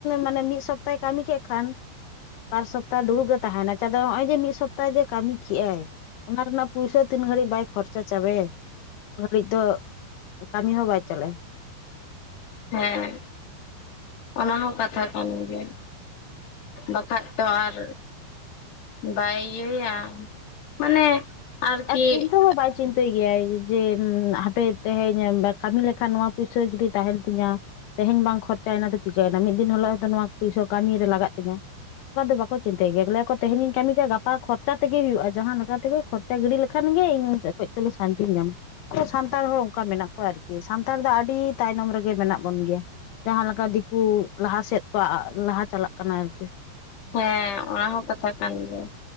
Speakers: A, on the left (about 75°); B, on the left (about 60°).
A: ᱢᱟᱱᱮ ᱢᱤᱫ ᱥᱚᱯᱛᱟᱭ ᱠᱟᱹᱢᱤ ᱠᱮᱫ ᱠᱷᱟᱱ ᱵᱟᱨ ᱥᱚᱯᱛᱟᱦ ᱥᱚᱯᱛᱟ ᱫᱩᱲᱩᱵ ᱨᱮ ᱛᱟᱦᱮᱭᱱᱟ ᱫᱚ ᱚᱜ ᱚᱚᱭ ᱡᱮ ᱢᱤᱫ ᱥᱚᱯᱛᱟᱦ ᱡᱮ ᱠᱟᱹᱢᱤ ᱠᱮᱜ-ᱟᱭ ᱚᱱᱟ ᱨᱮᱱᱟᱜ ᱯᱩᱭᱥᱟ ᱛᱤᱱ ᱜᱷᱟᱹᱲᱤᱡ ᱵᱟᱭ ᱠᱷᱚᱨᱪᱟ ᱪᱟᱵᱟᱭᱮᱜ ᱜᱷᱟᱹᱲᱤᱡ ᱫᱚ ᱠᱟᱹᱢᱤ ᱦᱚᱸ ᱵᱟᱭ ᱪᱟᱞᱟᱭ
B: ᱦᱮᱸ ᱚᱱᱟ ᱦᱚᱸ ᱠᱟᱛᱷᱟ ᱠᱟᱱ ᱜᱮᱭᱟ ᱵᱟᱠᱷᱟᱡ ᱛᱚ ᱟᱨ ᱵᱟᱭ ᱤᱭᱟᱹᱭᱟ ᱢᱟᱱᱮ ᱟᱨᱠᱤ
A: ᱟᱨ ᱪᱤᱱᱛᱟᱹ ᱦᱚᱸ ᱵᱟᱭ ᱪᱤᱱᱛᱟᱹ ᱜᱮᱭᱟᱭ ᱡᱮ-ᱢ ᱦᱟᱯᱮ ᱛᱮᱦᱮᱧ ᱠᱟᱹᱢᱤ ᱞᱮᱠᱷᱟᱱ ᱱᱚᱣᱟ ᱯᱩᱭᱥᱟᱹ ᱡᱩᱫᱤ ᱛᱟᱦᱮᱱ ᱛᱤᱧᱟᱹ ᱛᱮᱦᱮᱧ ᱵᱟᱝ ᱠᱷᱚᱨᱪᱟᱭᱮᱱᱟ ᱛᱚ ᱪᱤᱠᱟᱹᱭᱮᱱᱟ ᱢᱤᱫ ᱫᱤᱱ ᱦᱤᱞᱳᱜ ᱦᱚᱭᱛᱳ ᱱᱚᱣᱟ ᱯᱚᱭᱥᱟ ᱠᱟᱹᱢᱤ ᱨᱮ ᱞᱟᱜᱟᱜ ᱛᱤᱧᱟ᱾ ᱚᱱᱠᱟ ᱫᱚ ᱵᱟᱠᱚ ᱪᱤᱱᱛᱟᱹᱭ ᱜᱮᱭᱟ ᱞᱮᱭᱟ ᱠᱚ ᱛᱮᱦᱮᱤᱧ ᱠᱟᱹᱢᱤ ᱠᱤ-ᱟ ᱜᱟᱯᱟ ᱠᱷᱚᱨᱪᱟ ᱛᱮᱜᱮ ᱦᱩᱭᱩᱜᱼᱟ ᱡᱟᱦᱟᱸ ᱞᱮᱠᱟ ᱛᱮᱜᱮ ᱠᱷᱚᱨᱪᱟ <unintelligible> ᱞᱮᱠᱷᱟᱱ ᱜᱮ ᱤᱧ ᱠᱟᱹᱡ ᱪᱩᱞᱩ ᱥᱟᱱᱛᱤᱧ ᱧᱟᱢ <inaudible> ᱥᱟᱱᱛᱟᱲ ᱦᱚᱲ ᱚᱝᱠᱟ ᱢᱮᱱᱟᱜ ᱠᱚᱣᱟ ᱟᱨᱠᱤ ᱥᱟᱱᱛᱟᱲ ᱫᱚ ᱟᱹᱰᱤ ᱟᱹᱰᱤ ᱛᱟᱭᱱᱚᱢ ᱨᱮᱜᱮ ᱢᱮᱱᱟᱜ ᱵᱚᱱ ᱜᱮᱭᱟ᱾ ᱡᱟᱦᱟᱸ ᱞᱮᱠᱟ ᱫᱤᱠᱩ ᱞᱟᱦᱟ ᱥᱮᱫ ᱠᱚ ᱟᱜ ᱟᱜ ᱞᱟᱦᱟ ᱪᱟᱞᱟᱜ ᱠᱟᱱᱟ ᱟᱨᱠᱤ
B: ᱦᱮᱸ ᱚᱱᱟ ᱦᱚᱸ ᱠᱟᱛᱷᱟ ᱠᱟᱱ ᱜᱮᱭᱟ᱾